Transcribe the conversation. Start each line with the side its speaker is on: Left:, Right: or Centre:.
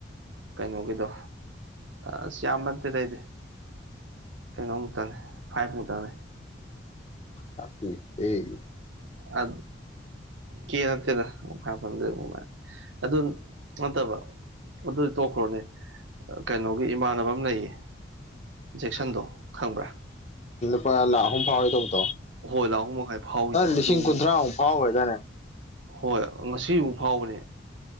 Right: ꯀꯩꯅꯣꯒꯤꯗꯣ ꯑꯁ ꯌꯥꯝꯕ ꯅꯠꯇꯦꯗ ꯑꯩꯗꯤ ꯀꯩꯅꯣ ꯃꯨꯛꯇꯅꯦ ꯐꯥꯞ ꯃꯨꯛꯇꯪ ꯅꯦ
Left: ꯍꯥꯄꯤ ꯑꯦ
Right: ꯑ ꯀ ꯍꯥꯠꯇꯦꯗ ꯐ ꯐꯗꯃꯥꯏ <unintelligible> ꯑꯗꯨ ꯅꯠꯇꯕ ꯑꯗꯨ ꯇꯣꯛꯈ꯭ꯔꯣꯅꯦ ꯀꯩꯅꯣꯒꯤ ꯏꯃꯥꯟꯅꯕ ꯑꯃ ꯂꯩꯌꯦ ꯖꯦꯛꯁꯟꯗꯣ ꯈꯪꯕ꯭ꯔꯥ
Left: ꯄꯥ ꯂꯥꯛ ꯑꯍꯨꯝ ꯐꯥꯎꯋꯦ ꯇꯧꯕ
Right: ꯍꯣꯏꯂꯥ ꯑꯍꯨꯝ ꯃꯈꯥꯏ ꯐꯥꯎꯋꯤꯅꯦꯕ
Left: ꯂꯤꯁꯤꯡ
Right: ꯑꯗꯨꯕꯨ
Left: ꯀꯨꯟꯊ꯭ꯔꯥꯃꯨꯛ ꯐꯥꯎꯕꯗꯅꯦ
Right: ꯍꯣꯏ ꯉꯁꯤꯐꯨ ꯐꯥꯎꯕꯅꯦ